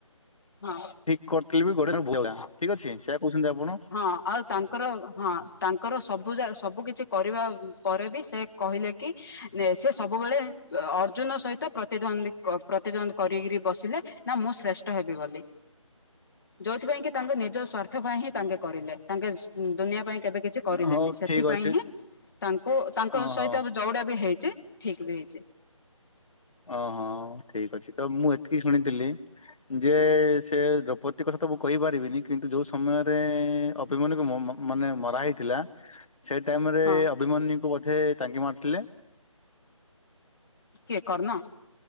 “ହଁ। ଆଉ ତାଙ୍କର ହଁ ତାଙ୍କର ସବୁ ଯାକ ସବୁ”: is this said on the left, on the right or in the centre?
Left